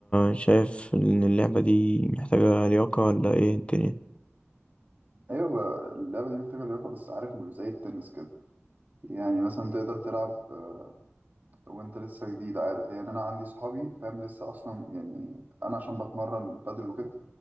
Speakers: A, on the left (about 25°); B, on the right (about 40°).
A: شايف ان اللعبة دي محتاجة لياقة ولا ايه الدنيا
B: أيوة بقى اللعبة دي محتاجة لياقة بس عارف مش زي التنس كده يعني مثلا تقدر تلعب آه، وانت لسه جديد عارف يعني انا عندي صحابي فاهم لسه اصلا يعني انا عشان بتمرن بادل وكده